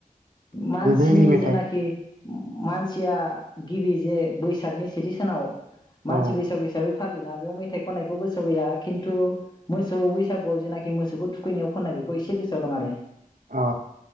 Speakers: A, on the left; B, on the right.
A: मानसिनि
B: गोदोनि मेथाइ
A: जेनाखि मानसिया गिबि जे बैसागनि सेथि सानाव मानसि
B: औ
A: बैसागु हिसाबै फालियोना बेयाव मेथाइ खननायखौ गोसोआव गैया खिन्थु मोसौ बैसागुआव जेनाखि मोसौखौ थुखैनायाव खननाय बेखौ एसे गोसोआव दं आरो।
B: अ